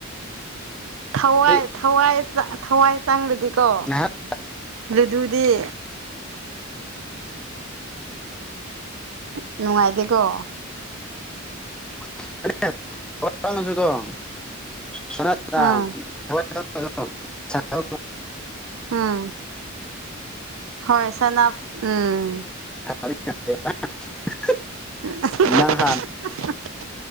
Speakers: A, on the right (about 70°); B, in the centre.
A: ꯊꯋꯥꯏ
B: ꯑꯩ
A: ꯊꯋꯥꯏ ꯆ ꯊꯋꯥꯏ ꯆꯪꯔꯗꯤꯀꯣ
B: ꯉꯥꯏꯍꯥꯛ
A: ꯔꯨ ꯗꯨꯗꯤ ꯅꯨꯡꯉꯥꯏꯇꯦꯀꯣ
B: <unintelligible> <unintelligible>
A: ꯑꯥ ꯎꯝ ꯍꯣꯏ ꯁꯅꯞ ꯎꯝ
B: <unintelligible>
A: <unintelligible>
B: ꯅꯪ ꯍꯥꯟꯅ